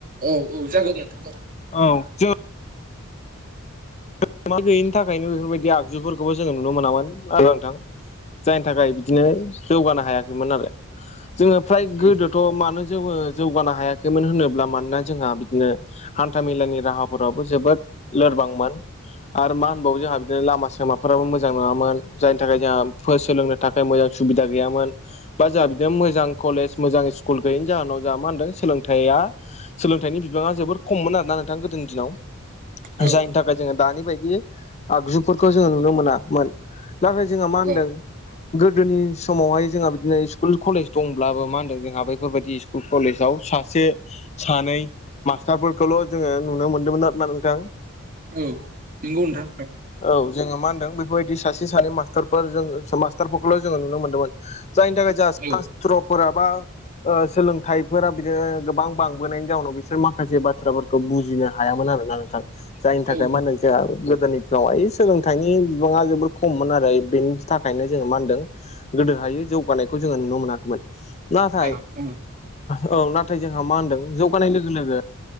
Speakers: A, on the right (about 40°); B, on the left (about 30°).
A: औ औ जागोन दे नोंथां जागोन।
B: औ जोङो <unintelligible> गैयिनि थाखायनो बेफोरबायदि आगजुफोरखौबो जोङो नुनो मोनामोन आरो नोंथां जायनि थाखाय बिदिनो जौगानो हायाखैमोन आरो जोङो फ्राय
A: औ
B: गोदोद थ' मानो जौ जौगानो हायाखैमोन होनोब्ला मानोना जोंहा बिदिनो हान्थामेलानि राहाफोराबो जोबोद लोरबांमोन। आरो मा होनबावो जोंहा बिदिनो लामा सामाफोराबो मोजां नङामोन जायनि थाखाय जोंहा सोलोंनो थाखाय मोजां सुबिदा गैयामोन बा जोंहा बिदिनो मोजां कलेज मोजां स्कुल गैयैनि जाहोनाव जोंहा मा होनदों सोलोंथाइआ सोलोंथाइनि बिबाङा जोबोर खममोन आरो ना नोंथां गोदोनि दिनाव।
A: औ
B: जायनि थाखाय जोङो दानि बायदि आगजुफोरखौ जोङो नुनो मोनामोन। नाथाय जोंहा
A: औ
B: मा होनदों?
A: औ
B: गोदोनि समावहाय जोंहा बिदिनो स्कुल कलेज दंब्लाबो मा होनदों जोंहा बेैफोरबायदि <unintelligible> कलेजाव सासे सानै मास्टारफोरखौल' जोङो नुनो मोनदोंमोन आरो ना नोंथां?
A: औ नंगौ नोंथां।
B: औ जोङो मा होनदों बेफोरबायदि सासे सानै मास्टारफोर मास्टारफोरखौल' जोङो नुनो मोन्दोंमोन जायनि थाखाय जों सास्त्रफोरा
A: औ
B: बा ओ सोलोंथाइफोरा बिदिनो गोबां बांबोनायनि जाउनाव बिसोर माखासे बाथ्राफोरखौ बुजिनो हायामोन आरोना नोंथां जाय
A: औ
B: मा
A: नंगौ
B: होनो जोंहा गोदोनि दिनाव ओइ सोलोंथाइनि बिबाङा जोबोर खममोन आरो बे थाखायनो जोङो मा होनदों गोदोहाय जौगानायखौ जोङो नुनो मोनाखैमोन। नाथाय
A: औ नंगौ
B: औ नाथाय जोंहा मा होनदों जौ जानाय लोगो लोगो